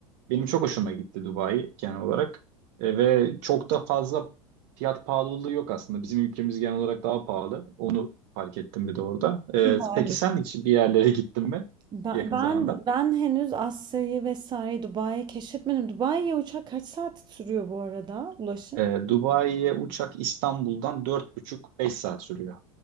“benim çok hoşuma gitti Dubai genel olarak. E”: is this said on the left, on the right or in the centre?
Right